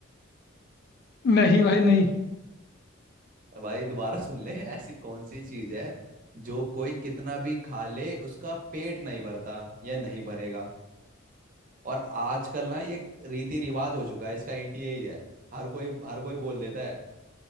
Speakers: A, on the left; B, on the right.
A: नहीं भाई नहीं
B: भाई दोबारा सुन ले ऐसी कौन सी चीज है जो कोई कितना भी खा ले उसका पेट नहीं भरता या नहीं भरेगा और आजकल ना ये एक रीति रिवाज हो चुका है इसका इंट यही है हर कोई हर कोई बोल देता है